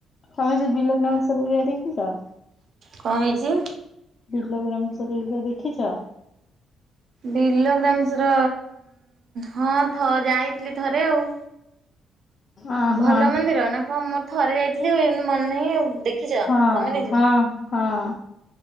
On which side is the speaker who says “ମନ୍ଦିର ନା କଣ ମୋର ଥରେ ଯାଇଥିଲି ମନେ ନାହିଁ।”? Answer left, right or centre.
Right